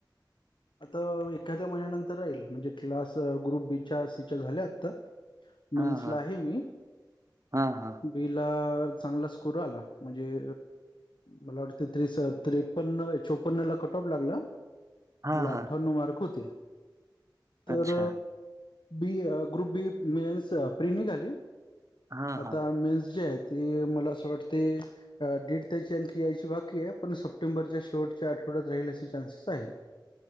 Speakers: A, on the left (about 75°); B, on the right (about 40°).
A: आता एखाद्या महिन्यानंतर राहील, म्हणजे क्लास ग्रुप बी. च्या सी. च्या झाल्या आता. मेन्सला
B: हा हा
A: आहे मी.
B: हा हा
A: बी. ला चांगला स्कोर आला, म्हणजे मला वाटते त्रेष्ठ-त्रे चन्न-चोपन्न ला कट ऑफ लागला,
B: हा
A: मला
B: हा
A: अठ्ठावन्नव मार्क होते. तर
B: अच्छा
A: B. Group B mains pre निघाली.
B: हा
A: आता
B: हा
A: मेन्स जे आहेत. ती मला असं वाटते दीड त्याची आणखी यायची बाकी आहे, पण सप्टेंबर ऑक्टोंबरच्या शेवटच्या आठवड्यात राहील असे चान्सेस आहे.